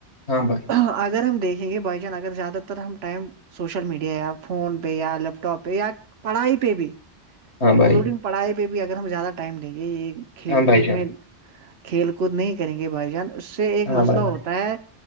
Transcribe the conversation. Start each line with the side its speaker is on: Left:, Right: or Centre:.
Left: ہاں بھائی
Right: اگر ہم دیکھیں گے بائی چانس اگر زیادہ تر ہم time social media app phone پہ یا لیپ ٹاپ پہ یا پڑھائی پہ بھی
Left: ہاں
Right: انکلوڈنگ
Left: بھائی
Right: پڑھائی پہ بھی اگر ہم زیادہ ٹائم دیں گے یہ کھیل
Left: ہاں بھائی
Right: کود
Left: جان
Right: میں کھیل کود نہیں کریں گے بھائی جان اس سے ایک
Left: ہاں
Right: مسئلہ
Left: بھائی
Right: ہوتا ہے